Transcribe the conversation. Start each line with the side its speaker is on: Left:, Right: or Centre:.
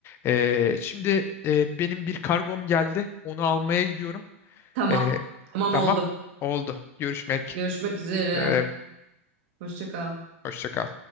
Left: E, şimdi e, benim bir kargom geldi. Onu almaya gidiyorum.
Right: Tamam.
Left: E,
Right: Tamam
Left: tamam.
Right: oldu.
Left: Oldu. Görüşmek.
Right: Görüşmek üzere.
Left: E,
Right: Hoşça kal.
Left: hoşça kal.